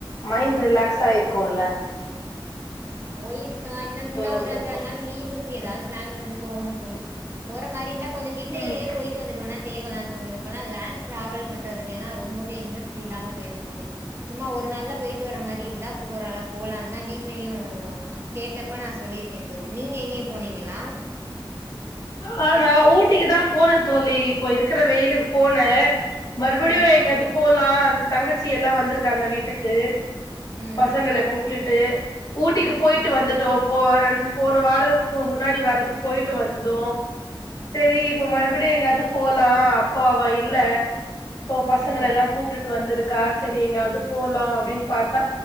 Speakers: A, on the left (about 40°); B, on the right (about 25°).
A: மைண்ட் ரிலாக்ஸ் ஆ இருக்கூ உள்ள
B: போய்ருக்கலா இன்னமுந்தா
A: இருந்திருக்கு
B: ஒரு அஞ்சாறு நாள் லீவ் இருக்கு ஏதாவ்து ப்ளான் பண்ணி போகணு தோழி போற மாரி இருந்தா கொஞ்சோ கிட்டயே
A: ம்
B: போய்ட்டு வந்துட்டோனா வந்துட்டோம்னா தேவலான் தோனுது இப்பல்லா லாங்க் டிராவல் பண்றதுலெல்லா ரொம்பவே இன்ட்ரெஸ்ட் இல்லாம பேய்ருச்சு தோழி சும்மா ஒரு நல்லா பேயிட்டு வர்ற மாரி இருந்தா போறல போலாந்தா வீட்லயு கேட்டப்ப நா சொல்லிருக்கே தோழி நீங்க எங்கயு போனீங்களா
A: ஆ நா ஊட்டிக்கி தா போன தோழி இப்போ இருக்குற வெயிலுக்கு போன மறுபடியு
B: ம்
A: எங்கயாவ்து போலா தங்கச்சி எல்லா வந்திருக்காங்க வீட்டுக்கு
B: ம்
A: பசங்கள கூப்ட்டுட் டு ஊட்டிக்கு போய்ட்டு வந்துட்டோ போ ரன் போன வாரத்துக்கு முன்னாடி வாரத்துக்கு போய்ட்டு வந் தோ சேரி இப்போ மறுபடியு எங்காது போலா அப்போ அவ இல்ல இப்போ பசங்கலெல்லா
B: ம்
A: கூப்டுட்டு வந்திருக் க்கா சேரி எங்கயாவ்து போலா அப்டின் பாத்தா